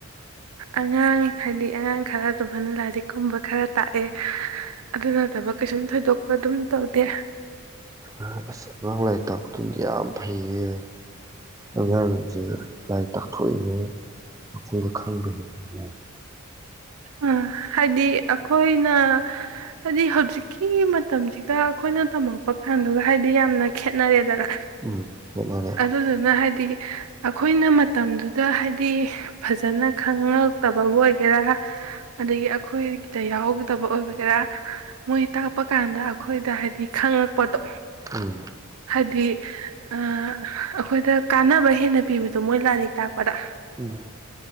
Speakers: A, on the right; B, on the right.
A: ꯑꯉꯥꯡ ꯍꯥꯏꯗꯤ ꯑꯉꯥꯡ ꯈꯔ ꯑꯗꯨꯃꯥꯏꯅ ꯂꯥꯏꯔꯤꯛꯀꯨꯝꯕ ꯈꯔ ꯇꯥꯛꯑꯦ ꯑꯗꯨꯅ ꯊꯕꯛ ꯀꯩꯁꯨꯝ ꯊꯣꯏꯗꯣꯛꯄ ꯑꯗꯨꯝ ꯇꯧꯗꯦ
B: ꯑ ꯑꯁ ꯑꯉꯡ ꯂꯥꯏꯔꯤꯛ ꯇꯥꯛꯄ ꯐꯩꯌꯦ ꯑꯉꯥꯡꯖꯦ ꯂꯥꯏꯔꯤꯛ ꯇꯥꯛꯊꯣꯛꯏꯉꯩ ꯑꯈꯣꯏꯗ ꯈꯪꯕ ꯍꯦꯟꯗꫭꯏꯅꯦ
A: ꯑ ꯍꯥꯏꯗꯤ ꯑ ꯑꯈꯣꯏꯅ ꯍꯥꯏꯗꯤ ꯍꯧꯖꯤꯛꯀꯤ ꯃꯇꯝꯖꯤꯒ ꯑꯩꯈꯣꯏꯅ ꯇꯝꯃꯛꯄ ꯀꯥꯟꯗꯨꯒ ꯍꯥꯏꯗꯤ ꯌꯥꯝꯅ ꯈꯦꯠꯅꯔꯦꯗꯅ
B: ꯎꯝ ꯍꯣꯠꯅꯔꯦ
A: ꯑꯗꯨꯗꯨꯅ ꯍꯥꯏꯗꯤ ꯑꯈꯣꯏꯅ ꯃꯇꯝꯗꯨꯗ ꯍꯥꯏꯗꯤ ꯐꯖꯅ ꯈꯉꯛꯇꯕꯕꯨ ꯑꯣꯏꯒꯦꯔꯥ ꯑꯗꯒꯤ ꯑꯩꯈꯣꯏꯗ ꯌꯥꯎꯒꯗꯕ ꯑꯣꯏꯕꯒꯦꯔꯥ ꯃꯣꯏ ꯇꯥꯛꯄ ꯀꯥꯟꯗ ꯑꯩꯈꯣꯏꯗ ꯍꯥꯏꯗꯤ ꯈꯉꯛ ꯄꯣꯠꯇꯣ
B: ꯎꯝ
A: ꯍꯥꯏꯗꯤ ꯑ ꯑꯈꯣꯏꯗ ꯀꯥꯟꯅꯕ ꯍꯦꯟꯅ ꯄꯤꯕꯗ ꯑꯗꯨ ꯃꯣꯏ ꯂꯥꯏꯔꯤꯛ ꯇꯥꯛꯄꯗ
B: ꯎꯝ